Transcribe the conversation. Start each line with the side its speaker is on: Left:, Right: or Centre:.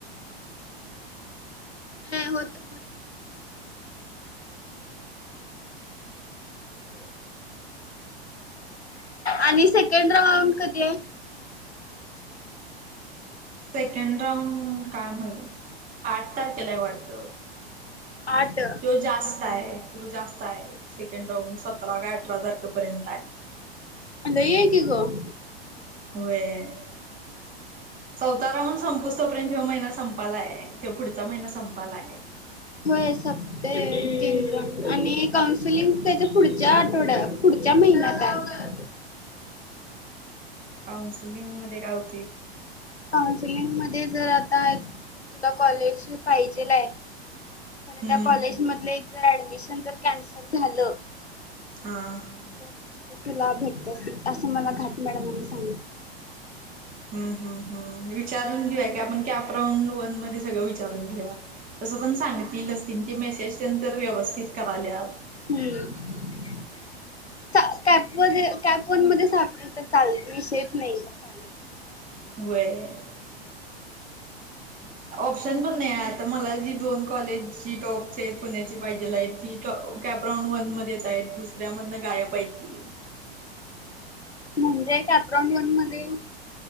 Left: नाही होत आणि सेकंड राऊंड कधी आहे?
Right: सेकंड राऊंड काय माहीत? आठ तारखेला आहे वाढतं.
Left: आठ
Right: तो जास्त आहे. तो जास्त आहे सेकंड राऊंड सतरा काय अठरा तारखेपर्यंत आहे.
Left: लई आहे की गं.
Right: होय. चौथा राऊंड संपूस तो पर्यंत, ह्यो महिना संपालाय. ज्यो पुढचा महिना संपालाय.
Left: होय, सप ते तीन आणि काउन्सिलिंग त्याच्या पुढच्या आठवड्यात, पुढच्या महिन्यात आहे.
Right: काउन्सलिंग मध्ये काय होतंय?
Left: काउन्सिलिंग मध्ये जर आता, एक तुला कॉलेज पाहिजेल आहे खर
Right: हम्म
Left: त्या कॉलेज मधले एक जर ऍडमिशन जर कॅन्सल झालं
Right: हां.
Left: तर तिथं तुला भेटते असलं, असं मला घाट मॅडमांनी सांगितलं.
Right: हम्म.. हम्म.. हम्म. विचारून घेऊया की आपण. कॅप राऊंड वन मध्ये सगळं विचारून घेऊया. तसं पण सांगतीलच ती. ती मेसेज तेन तर व्यवस्थित कराल्यात.
Left: हम्म. चा कॅपमध्ये कॅप वन मध्ये सापडली तर चाल, विषयाचं नाही म काय.
Right: होय. ऑप्शन पण नाही आहे आता. मला जी दोन कॉलेज, जी टॉपचे आहेत पुण्याची पाहिजेल आहे ती कॅपराऊंड वन मध्येच आहेत. दुसऱ्यामधनं गायब आहे ती.
Left: म्हणजे कॅप राऊंड वन मध्ये